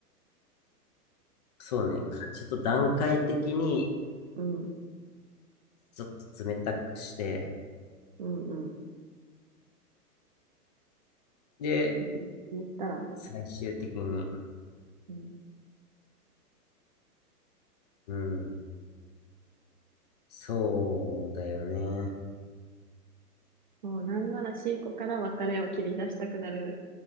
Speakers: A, on the left; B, on the right.
A: そうね。かちょっと段階的に、
B: うん、
A: ちょっと冷たくして、
B: うん、うん。
A: で、
B: 生き残ったらね。
A: 最終的に、
B: うん
A: うん、そうだよね。
B: もうなんなら C 子から別れを切り出したくなる